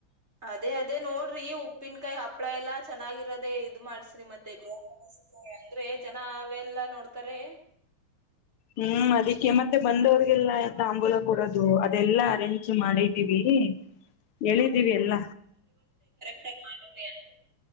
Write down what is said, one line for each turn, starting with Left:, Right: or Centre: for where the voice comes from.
Right: ಅದೇ ಅದೇ ನೋಡ್ರಿ ೀ ಉಪ್ಪಿನಕಾಯಿ ಹಪ್ಳ ಎಲ್ಲಾ ಚೆನ್ನಾಗಿರೋದೆೇ ಇದ್ ಮಾಡ್ಸ್ರಿ ಮತ್ತೆ ಗೃಹ ಅಂದ್ರೆ ಜನ ಅವೆಲ್ಲಾ ನೋಡ್ತಾರೆ
Left: ಹ್ಮ್ ಅದಕ್ಕೆ ಮತ್ತೆ ಬಂದವ್ರಗೆಲ್ಲ ತಾಂಬೂಲ ಕೊೂಡೋದು ಅದೆಲ್ಲಾ ಅರೇಂಜ್ ಮಾಡಿದ್ದೀವಿ ಹೇಳಿದ್ದೀವಿ ಎಲ್ಲ
Right: ಮಾಡ